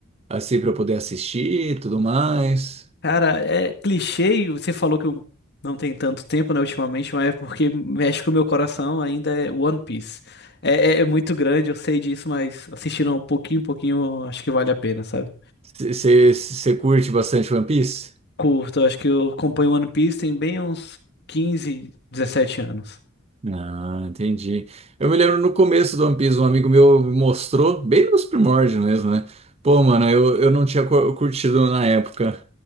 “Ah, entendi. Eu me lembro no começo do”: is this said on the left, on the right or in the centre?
Right